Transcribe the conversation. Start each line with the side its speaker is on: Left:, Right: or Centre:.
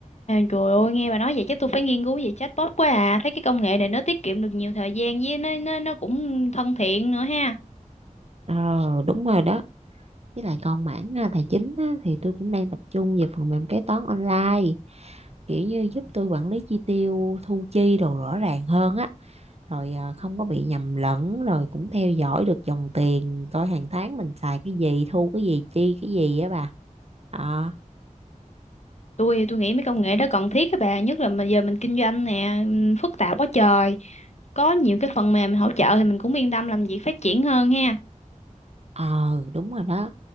Left: trời ơi, nghe bà nói vậy chắc tôi phải nghiên cứu về chatbot quá à. Thấy cái công nghệ này nó tiết kiệm được nhiều thời gian với nó nó nó cũng thân thiện nữa ha.
Right: ờ đúng rồi đó với lại còn mảng à, tài chính á, thì tôi cũng đang tập trung về phần mềm kế toán online kiểu như giúp tôi quản lý chi tiêu thu chi đồ rõ ràng hơn á rồi à, không có bị nhầm lẫn rồi cũng theo dõi được dòng tiền coi hàng tháng mình xài cái gì thu cái gì chi cái gì á bà ờ
Left: tôi tôi nghĩ mấy công nghệ đó cần thiết các bạn nhất là mà giờ mình kinh doanh nè ừm, phức tạp quá trời có nhiều cái phần mềm hỗ trợ thì mình cũng yên tâm làm việc phát triển hơn ha
Right: ờ đúng rồi đó